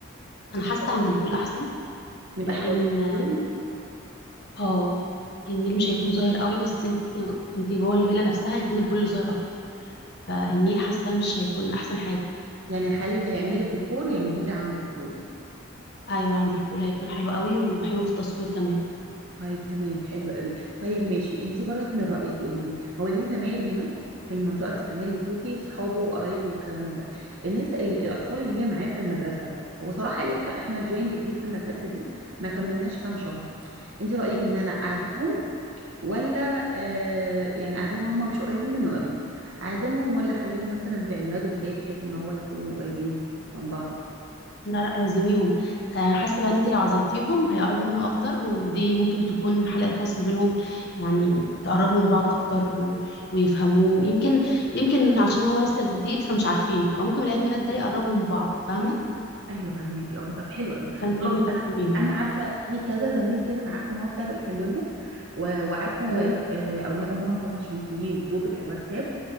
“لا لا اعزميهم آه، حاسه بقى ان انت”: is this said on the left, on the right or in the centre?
Left